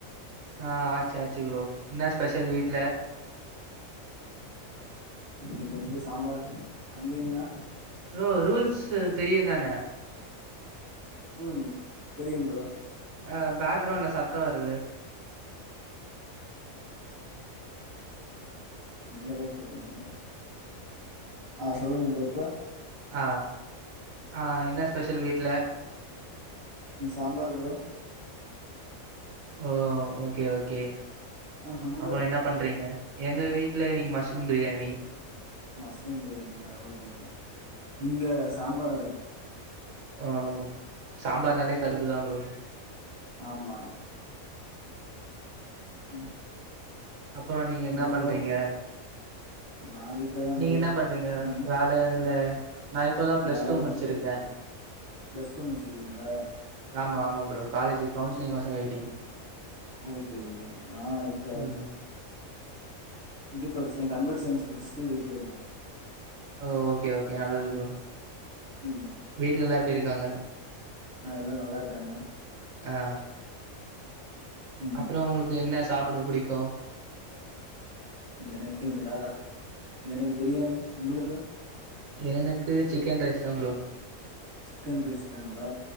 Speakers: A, on the right; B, on the right.
A: ஆ ஆச்சு ஆச்சு ப்ரோ என்ன ஸ்பெஷல் வீட்ல
B: இங்க வந்து சாம்பார் அங்கேங்ண்ணா
A: ப்ரோ ரூல்ஸு தெரியு தான
B: ம் தெரியு ப்ரோ
A: அ பேக்ரவுண்ட்ல சத்தோ வருது
B: இந்த அளவுக்கு கேக்குதுங்ளா ஆ சொல்லுங்க ப்ரோ இப்ப
A: அ ஆ என்ன ஸ்பெஷல் வீட்ல
B: இங் சாம்பார் ப்ரோ
A: ஓ ஓகே ஓகே
B: ஆ அங்க
A: அப்றோ என்ன பண்றீங்க எங்க வீட் ட்ல இன்னைக்கி மஷ்ரூம் பிரியாணி
B: மஸ்ரூம் பிரியாணிங்ள ஓகே ஓகே இங்க சாம்பார்
A: அ சாம்பார்னாலே கடுபுதா ப்ரோ
B: ஆமா ம்
A: அப்பறோ நீங்க
B: அப்புறம்
A: என்ன பண்றீங்க
B: ப்ரோ நான் வீட்ல தான்
A: நீங்க
B: ப்ரோ
A: என்ன பண்றீங்க
B: நீங்க
A: வேல இல்ல நா இப்பதா பிளஸ்
B: வேல
A: டூ
B: இல்ல
A: முடிச்சிருக்கே
B: பிளஸ் டூ முடிச்சிருக்கீங்களா
A: ஆமா ஆமா ப்ரோ காலேஜ் கவுன்சிலி்ங்கோசோ வேயிட்டிங்
B: ஓகே ஓகே நா இப்ப
A: ம்
B: இது படிச்ச கம்ப்யூட்டர் சயின்ஸ் முச்சுட்டு வீட்ல இருக்கே
A: ஓ ஓகே ஓகே நல்லது ப்ரோ
B: ம்
A: வீட்லலா எப்பிடி இருக்காங்க
B: ஆ எல்லா நல்லா இருக்காங்க
A: அ
B: ம்
A: அப்புறோ உங்களுக்கு என்ன சாப்பிட புடிக்கு
B: எனக்குங்களா எனக்கு பிரியாணி உங்களுக்கு
A: எனக்கு சிக்கன் ரைஸ் தா ப்ரோ
B: சிக்கன் ரைஸ் தாங்ளா